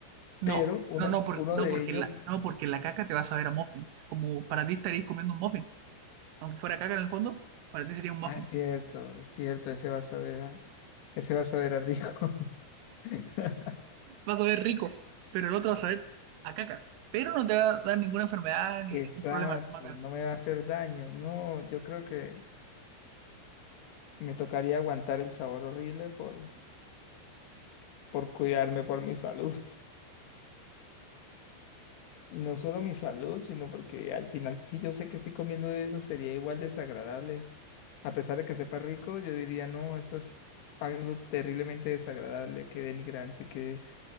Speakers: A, on the right; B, on the left.
A: no,
B: Pero uno,
A: no, no, por-
B: uno
A: no,
B: de
A: porque
B: ellos,
A: la, no porque la caca te va a saber a muffin. Es como para ti estarías comiendo un muffin. Aunque fuera caca en el fondo, para ti sería un muffin.
B: ah, es cierto, es cierto, ese va a saber a, ese va a saber a rico. <laughs>
A: Vas a ver rico, pero el otro va a saber a caca. Pero no te va a dar ninguna enfermedad ni
B: Exacto,
A: ningún problema estomacal,
B: no me va a hacer daño. No, yo creo que me tocaría aguantar el sabor horrible por, por cuidarme, por mi salud. Y no solo mi salud, sino porque al final, si yo sé que estoy comiendo eso, sería igual desagradable. A pesar de que sepa rico, yo diría, no, esto es algo terriblemente desagradable, que denigrante, que